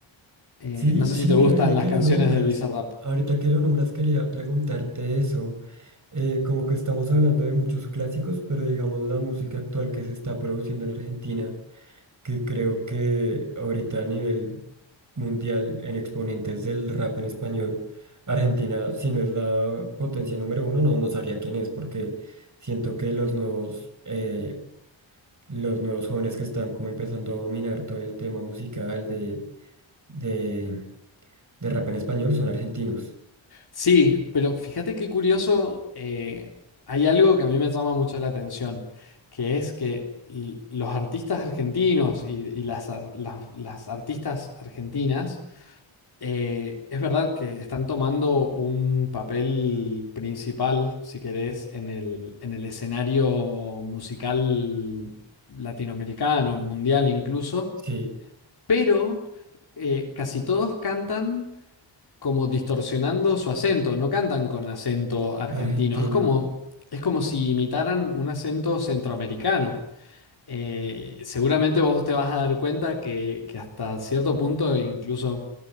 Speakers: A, on the left; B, on the right.
A: Eh,
B: Sí,
A: no sé
B: sí,
A: si te
B: mira,
A: gustan
B: ahorita
A: las
B: que
A: canciones
B: lo nombras,
A: del Bizarrap.
B: ahorita que lo nombras quería preguntarte eso. Eh, como que estamos hablando de muchos clásicos, pero digamos la música actual que se está produciendo en Argentina, que creo que ahorita a nivel mundial en exponentes del rap en español, Argentina, si no es la potencia número uno, no, no sabría quién es, porque siento que los nuevos, eh, los nuevos jóvenes que están como empezando a dominar todo el tema musical de... de de rap en español son argentinos.
A: Sí, pero fíjate qué curioso, eh, hay algo que a mí me llama mucho la atención, que es que l- los artistas argentinos y, y las, ar- las- las artistas argentinas, eh, es verdad que están tomando un papel principal, si querés, en el, en el escenario musical latinoamericano, mundial incluso,
B: Sí,
A: pero eh, casi todos cantan como distorsionando su acento, no cantan con acento argentino,
B: argentino.
A: es como, es como si imitaran un acento centroamericano. Eh, seguramente vos te vas a dar cuenta que, que hasta cierto punto incluso